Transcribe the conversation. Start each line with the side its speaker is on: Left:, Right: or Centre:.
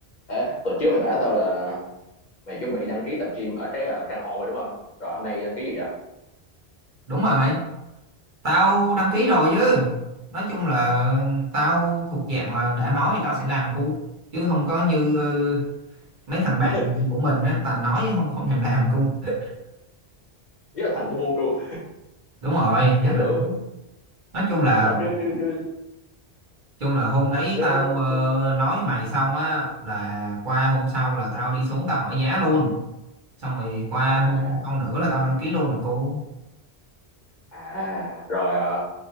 Left: Ê, tuần trước mày bảo tao là mày chuẩn bị đăng ký tập gym ở cái ờ, trang họ rồi đúng không? Rồi hôm nay đăng ký gì vậy?
Right: Đúng rồi mày, tao đăng ký rồi chứ. Nói chung là tao thuộc dạng là đã nói thì tao sẽ làm cu, chứ không có như ờ, mấy thằng bạn
Left: <laughs>
Right: của mình á, toàn nói không không thèm làm cu. <laughs>
Left: Với là thằng bu bu luôn.
Right: Đúng rồi, nhất
Left: Kiểu
Right: là nói chung là
Left: thằng nó trứ trứ trứ
Right: chung là hôm đấy
Left: nó
Right: tao
Left: nó nó
Right: ờ,
Left: nó-
Right: nói với mày xong á là qua hôm sau là tao đi xuống tao hỏi giá luôn. Xong rồi qua
Left: à
Right: hôm sau nữa là tao đăng ký luôn rồi cu.
Left: à rồi ờ,